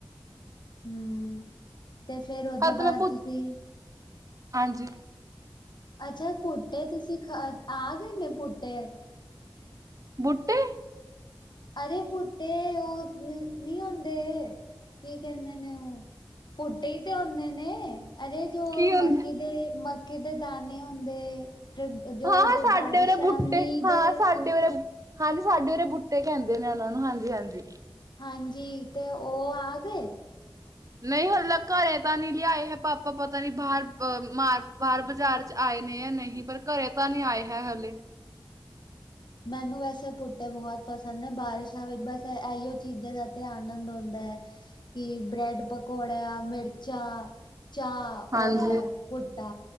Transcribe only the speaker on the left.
ਹਮ ਤੇ ਫੇਰ ਉਹਦੇ
ਬਾਅਦ
ਤੁਸੀਂ
ਅੱਛਾ, ਭੂੱਟੇ ਤੂਸੀ ਖਾ, ਆ ਗਏ ਨੇ ਭੂੱਟੇ?
ਅਰੇ ਬੂਟੇ ਓ ਨੀ ਓਂਦੇ ਕੀ ਕੈਂਦੇ ਨੇ ਓ ਬੂਟੇ ਈ ਤੇ ਓਂਦੇ ਨੇ, ਅਰੇ ਜੋ
ਮੱਕੀ ਦੇ, ਮੱਕੀ ਦੇ ਦਾਨੇ ਓਂਦੇ ਜੋਗ
ਬਾਰਿਸ਼ਾਂ
ਮੀਂ ਦੇ
ਹਾਂਜੀ ਤੇ ਓ ਆ ਗਏ।
ਮੈਨੂੰ ਵੈਸੇ ਪੁੂਟੇ ਬੋਹਤ ਪਸਂਦ ਨੇ ਬਾਰਿਸ਼ਾਂ ਵਿੱਚ ਬੱਸ ਐ ਐਈਯੋ ਚੀਜਾ ਦਾ ਆਨਂਦ ਓਂਦੈ। ਕੀ ਬ੍ਰੈਡ ਪਕੌੜੇਆ, ਮਿਰਚਾ, ਚਾ
ਔਰ ਐ ਬੂਟਾ,